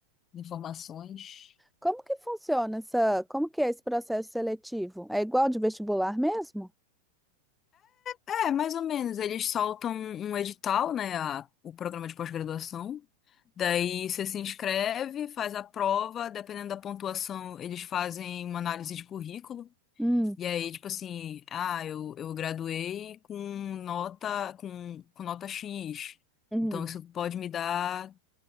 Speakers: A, on the left (about 30°); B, in the centre.
A: informações.
B: Como que funciona essa, como que é esse processo seletivo? É igual de vestibular mesmo?
A: É, mais ou menos, eles soltam um edital, né, a- o programa de pós-graduação. Daí você se inscreve, faz a prova, dependendo da pontuação, eles fazem uma análise de currículo.
B: Hum,
A: E aí, tipo assim, ah, eu, eu graduei com nota com, com nota X.
B: Uhum.
A: Então isso pode me dar